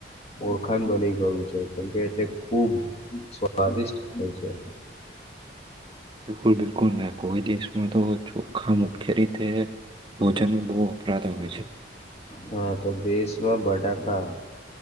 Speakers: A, on the left; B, on the right.
A: ઓરખાણ બની ગયું છે, કેમકે તે ખૂબ સ્વાદિષ્ટ થયા છે.
B: બિલકુલ, બિલકુલ ના કોઈ દિવસમાં તો ચોખા મકાઈ. મુખ્ય રીતે ભોજન બહુ વપરાતા હોય છે.
A: હા, તો દેશમાં બટાકા